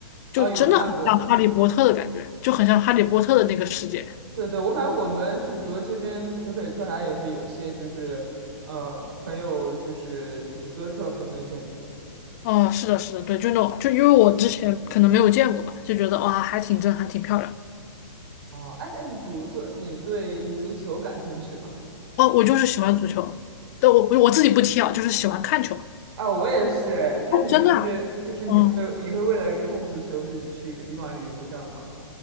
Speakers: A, on the right; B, on the left.
A: 哦，
B: 就真的很像《哈利波特》的感觉，
A: 有看过。
B: 就很像《哈利波特》的那个世界。
A: 对对，我感觉我们就比如这边魁北克啥也会有一些，就是呃，很有就是就是哥特风的建筑。
B: 哦，是的，是的，对，就那种，就因为我之前可能没有见过吧，就觉得哇，还挺震撼，挺漂亮。
A: 哦，哎，那你比如说你对足球感兴趣吗？
B: 哦，我就是喜欢足球，但我我自己不踢啊，就是喜欢看球。
A: 啊，我也是。那你就是就是你会你会为了看足球，
B: 哦，真的啊？嗯，
A: 就是去一个地方旅游这样吗？